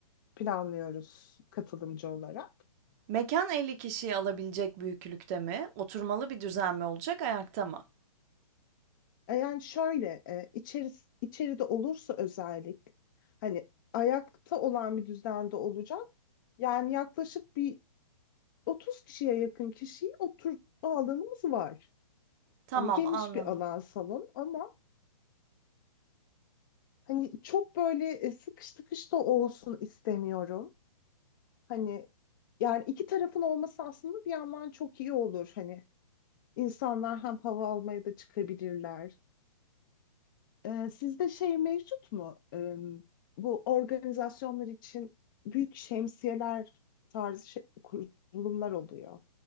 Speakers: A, on the left (about 35°); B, on the right (about 25°).
A: planlıyoruz katılımcı olarak.
B: Mekan 50 kişiyi alabilecek büyüklükte mi? Oturmalı bir düzen mi olacak, ayakta mı?
A: E, yani şöyle e, içeris- içeride olursa özellik hani ayakta olan bir düzende olacak. Yani yaklaşık bir 30 kişiye yakın kişiyi oturtma alanımız var.
B: Tamam,
A: Hani geniş
B: anladım.
A: bir alan salon ama hani çok böyle e, sıkış tıkış da olsun istemiyorum. Hani yani iki tarafın olması aslında bir yandan çok iyi olur. Hani insanlar hem hava almaya da çıkabilirler. Ee, sizde şey mevcut mu? Ee, bu organizasyonlar için büyük şemsiyeler tarzı şey- kurulumlar oluyor.